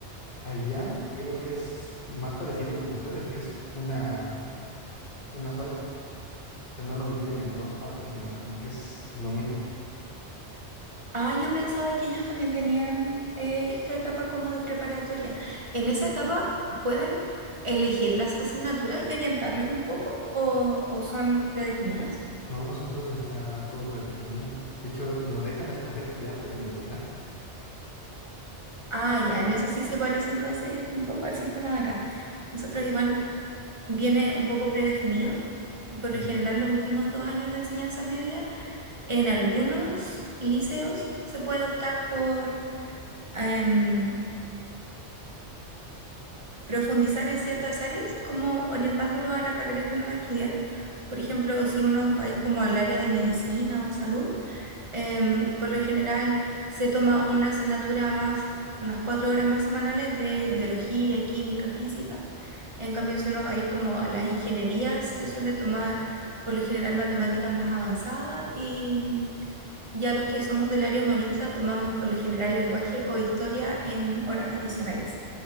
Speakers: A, on the left; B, on the right.
A: Allá creo que es más parecido como ustedes, que es una, una sola. O sea, no lo dividen en dos partes, sino como que es lo mismo.
B: Ah, yo pensaba que ellos también tenían eh, esta etapa como de preparatoria. En esa etapa pueden elegir las asignaturas y orientarlas un poco o, o son predefinidas.
A: No, nosotros está todo predefinido. De hecho, nos dejan escoger ya hasta la universidad.
B: Ah, ya, en eso sí se parece entonces un poco al sistema de acá. Nosotros igual viene un poco predefinido y por
A: Ujú.
B: lo general los últimos dos años de enseñanza media en algunos liceos se puede optar por, em, profundizar en ciertas áreas, como orientándolo a la carrera que uno va a estudiar. Por ejemplo, si uno va a ir como al área de medicina o salud, em, por lo general se toma una asignatura más, unas cuatro horas más semanales de biología, química, física. En cambio, si uno va a ir como a las ingenierías, se suele tomar por lo general matemáticas más avanzadas y ya los que somos del área humanista tomamos por lo general lenguaje o historia en horas adicionales,